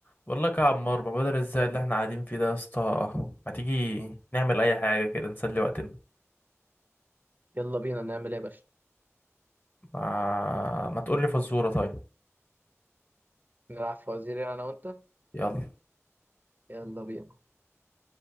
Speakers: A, on the left; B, on the right.
A: والله يا عمار ما بدل الزهق اللي احنا قاعدين فيه ده يا اسطى ما تيجي نعمل اي حاجه كده نسلي وقتنا
B: يلا بينا نعمل ايه يا باشا
A: ما, ما تقول لي فزوره طيب
B: نلعب فوازير يعني انا وانت
A: يلا
B: يلا بينا